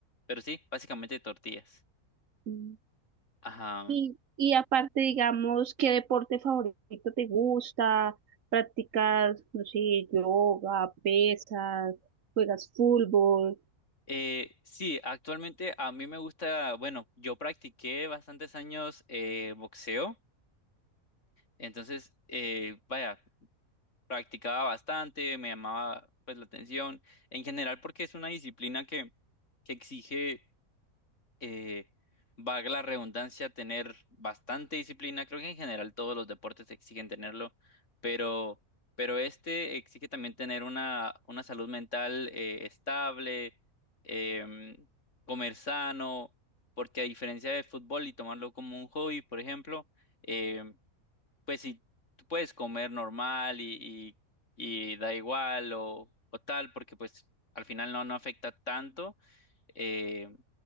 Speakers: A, on the left (about 55°); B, on the right (about 60°).
A: pero sí, básicamente tortillas.
B: Ah,
A: Ajá.
B: Y, y aparte, digamos, ¿qué deporte favorito te gusta? ¿Practicas, no sé, yoga, pesas, juegas fútbol?
A: Eh, sí, actualmente a mí me gusta, bueno, yo practiqué bastantes años eh, boxeo, entonces, eh, vaya, practicaba bastante, me llamaba pues la atención, en general porque es una disciplina que, que exige eh, valga la redundancia, tener bastante disciplina. Creo que en general todos los deportes exigen tenerlo, pero, pero este exige también tener una, una salud mental eh, estable, em, comer sano, porque a diferencia del fútbol y tomarlo como un hobby, por ejemplo, em, pues si tú puedes comer normal y, y, y da igual o, o tal, porque pues al final no, no afecta tanto. em,